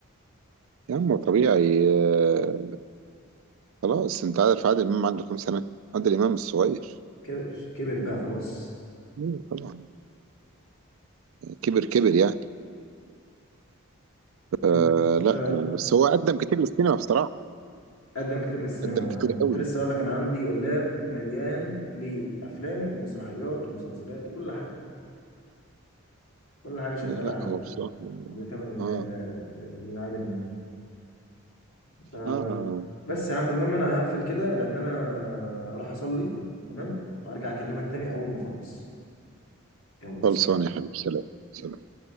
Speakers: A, on the right; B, on the left.
A: يا عم طبيعي آه، خلاص انت عارف عادل امام عنده كام سنه عادل امام الصغير
B: كبر كبر بقى خلاص
A: مم، طبعا كبر كبر يعني آه
B: انت
A: لا
B: انت
A: يعني بس هو قدم كتير للسينما بصراحة
B: قدم كتير للسينما
A: قدم كتير
B: انا كنت
A: قوي
B: لسه اقول لك انا عندي اللاب مليان لافلام ومسرحيات ومسلسلات وكل حاجه كل حاجه شغاله
A: لا لا
B: على اللاب
A: هو بصراحة
B: بتعمل
A: اه
B: ل- ل- ل- لعادل امام ف...
A: اه آه.
B: بس يا عم المهم انا هقفل كده لان انا هروح اصلي تمام وارجع اكلمك تاني اول ما اخلص يلا
A: خلصان
B: سلام
A: يا حبيبي سلام سلام